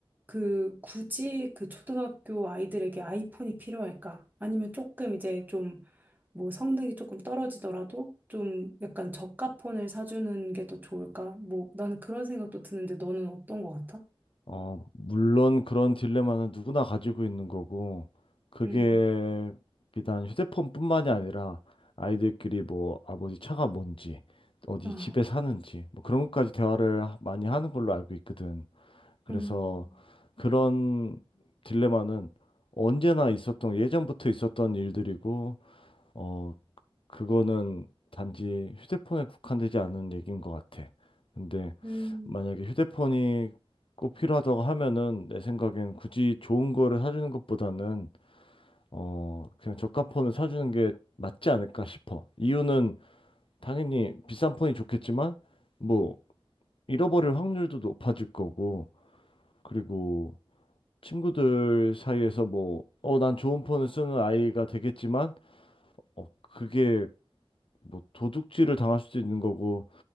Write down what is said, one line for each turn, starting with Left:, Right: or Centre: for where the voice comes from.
Right: 그 굳이 그 초등학교 아이들에게 아이폰이 필요할까? 아니면 조금 이제 좀 뭐 성능이 조금 떨어지더라도 좀 약간 저가 폰을 사주는 게 더 좋을까? 뭐 나는 그런 생각도 드는데 너는 어떤 거 같아?
Left: 어, 물론 그런 딜레마는 누구나 가지고 있는 거고 그게
Right: 음.
Left: 비단 휴대폰뿐만이 아니라 아이들끼리 뭐 아버지 차가 뭔지 어디
Right: 아,
Left: 집에 사는지 뭐 그런 것까지 대화를 하- 많이 하는 걸로 알고 있거든. 그래서
Right: 음,
Left: 그런 딜레마는 언제나 있었던, 예전부터 있었던 일들이고, 어, 그거는 단지 휴대폰에 국한되지 않은 얘기인 것 같아. 근데
Right: 음.
Left: 만약에 휴대폰이 꼭 필요하다고 하면은 내 생각엔 굳이 좋은 거를 사주는 것보다는 어, 그냥 저가 폰을 사주는 게 맞지 않을까 싶어. 이유는 당연히 비싼 폰이 좋겠지만 뭐 잃어버릴 확률도 높아질 거고 그리고 친구들 사이에서 뭐, 어, 난 좋은 폰을 쓰는 아이가 되겠지만, 어, 그게 뭐 도둑질을 당할 수도 있는 거고,